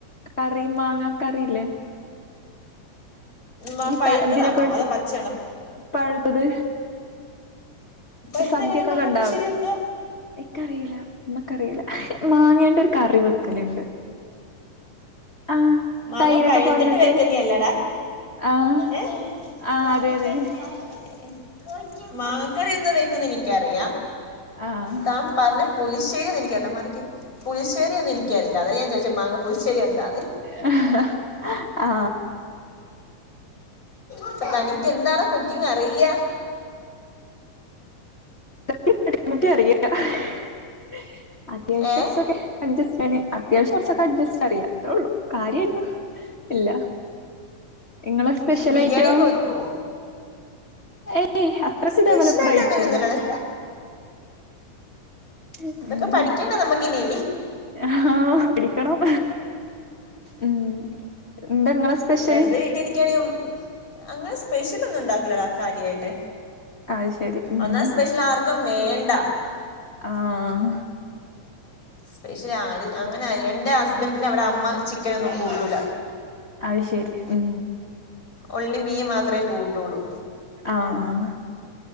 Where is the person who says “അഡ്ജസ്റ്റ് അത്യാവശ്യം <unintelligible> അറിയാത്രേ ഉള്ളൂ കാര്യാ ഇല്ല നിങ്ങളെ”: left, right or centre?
Left